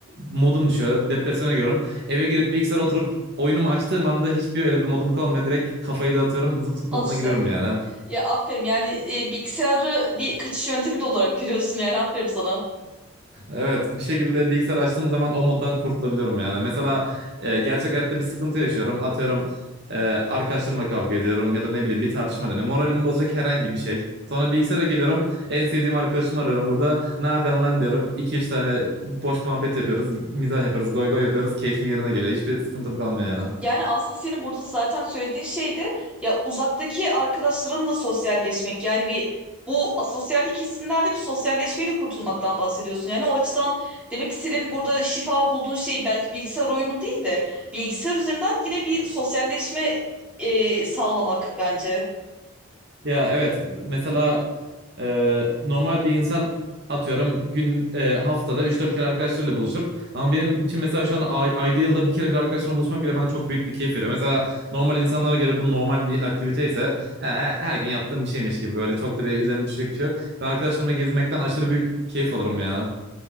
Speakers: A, on the right; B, in the centre.
A: modum düşüyor. Depresyona giriyorum. Eve girip bilgisayara oturup oyunumu açtığım anda hiçbir öyle bir modum kalmıyor. Direkt kafayı dağıtıyorum. Zıp zıp
B: al
A: moduna
B: işte.
A: giriyorum yani.
B: Ya aferin yani e, bilgisayarı bir kaçış yöntemi de olarak görüyorsun yani aferin sana.
A: Evet bir şekilde bilgisayar açtığım zaman o moddan kurtulabiliyorum yani. Mesela e, gerçek hayatta bir sıkıntı yaşıyorum. Atıyorum e, arkadaşlarımla kavga ediyorum ya da ne bileyim bir tartışma dönüyor. Moralimi bozacak herhangi bir şey. Sonra bilgisayara geliyorum. En sevdiğim arkadaşımı ararım burada. Ne yapıyorsun lan diyorum. iki üç tane boş muhabbet yapıyoruz. Mizah yapıyoruz. Goy goy yapıyoruz. Keyfim yerine geliyor. Hiçbir sıkıntım kalmıyor yani.
B: Yani aslında senin burada zaten söylediğin şey de ya uzaktaki arkadaşlarınla sosyalleşmek. Yani bir bu asosyallik hissinden de bir sosyalleşmeyle kurtulmaktan bahsediyorsun. Yani o açıdan demek ki senin burada şifa bulduğun şey belki bilgisayar oyunu değil de bilgisayar üzerinden yine bir sosyalleşme e, sağlamak bence.
A: Ya evet mesela e, normal bir insan atıyorum gün e, haftada üç dört kere arkadaşlarıyla buluşur. Ama benim için mesela şu an ay- ayda yılda bir kere bir arkadaşımla buluşmak bile bana çok büyük bir keyif veriyor. Mesela normal insanlara göre bu normal bir aktivite ise e, e, her gün yaptığım bir şeymiş gibi böyle çok da bir üzerine düşecek bir şey yok. Ben arkadaşlarımla gezmekten aşırı büyük keyif alırım ya.